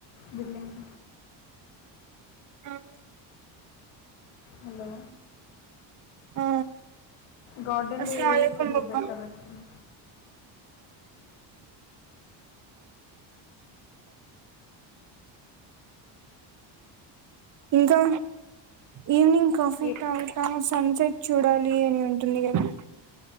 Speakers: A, on the left; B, on the right.
A: బిల్డింగ్
B: ఆం
A: హలో
B: ఆ
A: గార్డెన్
B: అస్సలాములైకుం.
A: లో ఏ ఏ చెట్లు బెట్టర్ అనుకున్
B: ఇంకా ఈవినింగ్ కాఫీ
A: ఏ
B: <unintelligible> సన్సెట్ చూడాలి అని ఉంటుంది కదా